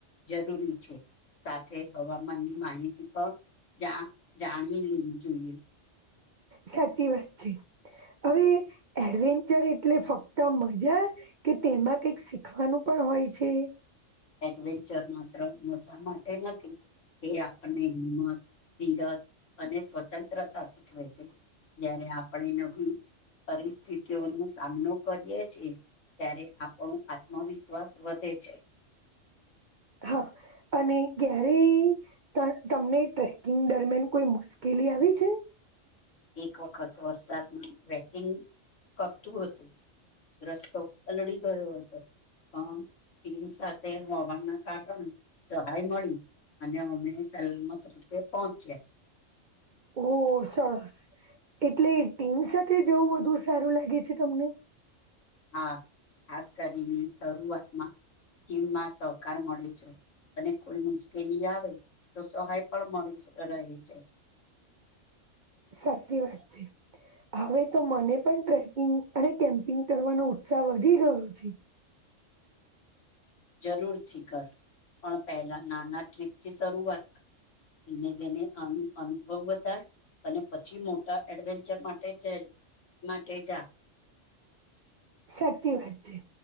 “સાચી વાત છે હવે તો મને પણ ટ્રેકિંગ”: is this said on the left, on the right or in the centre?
Right